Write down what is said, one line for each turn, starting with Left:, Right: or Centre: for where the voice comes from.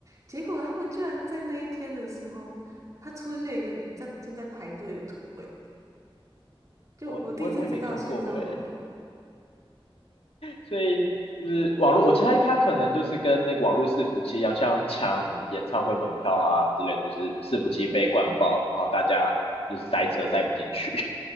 Right: 结果他们居然在那一天的时候，他出现一个在正在排队的图，诶，就我第一次知道线上网银，
Left: 我我也我也没看过诶，所以就是网络，我猜他可能就是跟那个网络伺服器一样，像抢演唱会门票啊之类，就是伺服器被灌爆，然后大家就是塞车塞不进去